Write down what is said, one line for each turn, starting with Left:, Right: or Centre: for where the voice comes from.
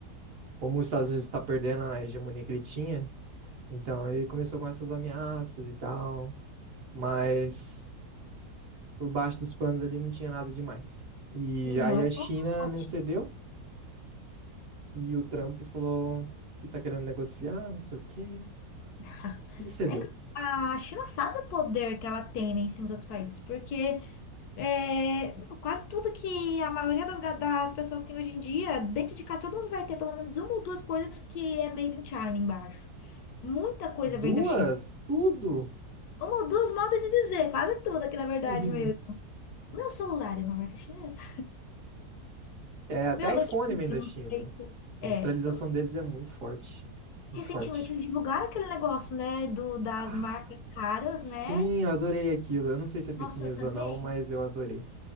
Right: como os Estados Unidos está perdendo a hegemonia que ele tinha, então ele começou com essas ameaças e tal, mas por baixo dos panos ali não tinha nada demais. E
Left: Não,
Right: aí
Left: é
Right: a
Left: só
Right: China
Left: um patinho.
Right: não cedeu e o Trump falou que tá querendo negociar, não sei o quê.
Left: <laughs>
Right: Ele cedeu.
Left: É que a China sabe o poder que ela tem, né, em cima dos outros países, porque É, quase tudo que a maioria das, ga- das pessoas tem hoje em dia, dentro de casa, todo mundo vai ter pelo menos uma ou duas coisas que é made in China embaixo. Muita coisa
Right: Duas,
Left: vem da China.
Right: tudo.
Left: Uma ou duas modos de dizer, quase tudo aqui na verdade
Right: <laughs>
Left: mesmo. Meu celular é uma marca chinesa.
Right: É, até
Left: Meu notebook,
Right: iPhone vem
Left: eu
Right: da
Left: não
Right: China.
Left: sei se é.
Right: A industrialização
Left: Eu-
Right: deles é muito forte. Muito
Left: Recentemente
Right: forte.
Left: eles divulgaram aquele negócio, né, do, das
Right: Ah,
Left: marcas caras,
Right: sim,
Left: né?
Right: eu adorei aquilo. Eu não sei se é fake
Left: Nossa,
Right: news
Left: eu também.
Right: ou não, mas eu adorei.